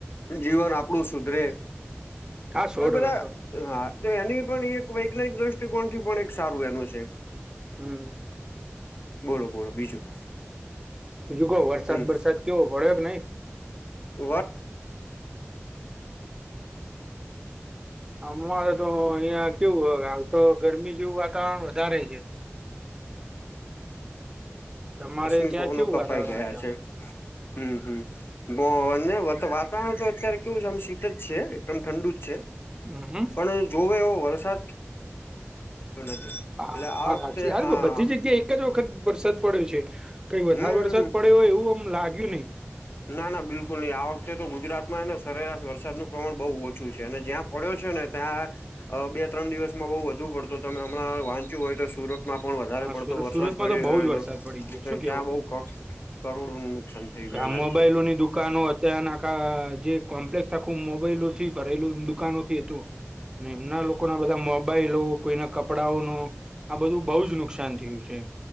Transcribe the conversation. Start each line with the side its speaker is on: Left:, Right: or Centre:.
Left: જીવન આપ કડું સુધરે
Right: હા સો
Left: તો
Right: ટકા
Left: બધા
Right: સો
Left: હા તો એની પણ એક વૈજ્ઞાનિક દ્રષ્ટિકોણ થી પણ એક સારું એનું છે.
Right: હમ્મ.
Left: બોલો બોલો બીજું.
Right: રુકો વરસાદ
Left: હમ
Right: બરસાદ કેવો પડ્યો કે નઈ?
Left: વાહ.
Right: અમારે તો અહિયાં કેવું હાલ તો ગરમી જેવું વાતાવરણ વધારે છે. તમારે
Left: રશ્મિ
Right: ત્યાં
Left: કોનો
Right: કેવું
Left: કપાઈ
Right: વાતાવરણ
Left: ગયા છે, હમ્મ, હમ્મ. બ વાતાવરણ તો અત્યારે કેવું છે આમ શીત જ છે એકદમ ઠંડુ જ છે.
Right: હમ્મ હ.
Left: પણ જોવે એવો વરસાદ પણ નથી.
Right: હા
Left: એટલે આ
Right: હા
Left: વખતે
Right: સાચી વાત
Left: હા
Right: કે બધી જગ્યાએ એક જ વખત વરસાદ પડ્યો છે. કઈ વધારે
Left: હમ
Right: વરસાદ પડ્યો હોય એવું આમ લાગ્યું નહી.
Left: ના ના બિલકુલ નહીં આ વખતે તો ગુજરાતમાં ને સરેરાશ વરસાદનું પ્રમાણ બહુ ઓછું છે અને જ્યાં પડ્યો છે ને ત્યાં બે ત્રણ દિવસમાં બઉ વધુ પડતો તો ને હમણાં વાંચ્યું હોય તો સુરત માં પણ વધારે
Right: હા
Left: પડતો
Right: સુર
Left: વરસાદ
Right: સુરતમાં
Left: પડી
Right: તો બહુ
Left: ગયો
Right: જ વરસાદ
Left: હતો
Right: પડી ગયો શું કેવું?
Left: ક્યાં બહુ ક કરોડો નું નુકસાન થઈ
Right: ગા
Left: ગયું એના
Right: મોબાઈલો
Left: લીધે
Right: ની દુકાનો હતા અને આખા જે કોમ્પ્લેક્સ આખું મોબાઈલો થી ભરેલું દુકાનો થી તો અને એમના લોકોના બધા મોબાઈલો, કોઈના કપડાઓનો આ બધું બઉ જ નુ નુકસાન થયું છે એમ.